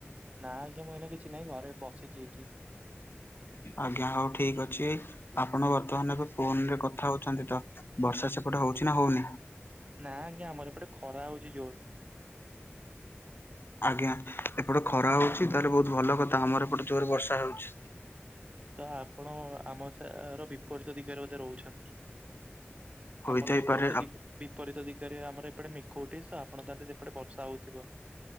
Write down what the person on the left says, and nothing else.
ଆଜ୍ଞା ହଉ ଠିକ ଅଛି। ଛି ଆପଣ ବର୍ତ୍ତମାନ ଏବେ ଫୋନ ରେ କଥା ହଉଛନ୍ତି ତ ବର୍ଷା ସେପଟେ ହଉଛି ନା ହଉନି?
ଆଜ୍ଞା ଏପଟେ ଖରା ହଉଛି ତାହେଲେ ବହୁତ ଭଲ କଥା ଆମର ଏପଟେ ଜୋର ବର୍ଷା ହଉଛି।
ହୋଇଥାଇପାରେ
ଆପ